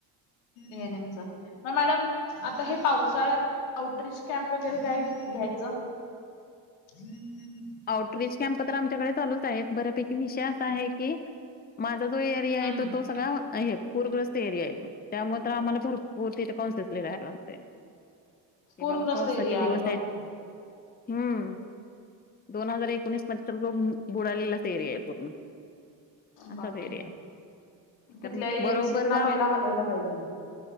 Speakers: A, on the left; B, on the left.
A: एएनमच, मग मॅडम आता हे पावसाळ्यात आउटरीच कॅम्प वगैरे काय घ्यायचं. हम्म.
B: आउटरीच कॅम्प तर आमच्याकडे चालूच आहेत बऱ्यापैकी विषय असा आहे की माझा जो एरिया आहे
A: हम्म
B: तो
A: हम्म.
B: तो सगळा पूरग्रस्त एरिया येतो त्यामुळे तर आम्हाला भरपूर मूर्तीच्या कॉनसेस लिहायलागते. क
A: पूरग्रस्त
B: बाबा पावसाचे
A: एरिया
B: दिवस
A: अरे बापरे.
B: आहे हम्म, दोन हजार एकोणीस मध्ये तर जो बुडालेलाच एरिया आहे पूर्ण असाच
A: बापरे
B: एरिया आहे कारण
A: तिथल्या
B: बरोबर
A: एनसीना
B: गाव
A: पहिला हलवलं पाहिजे.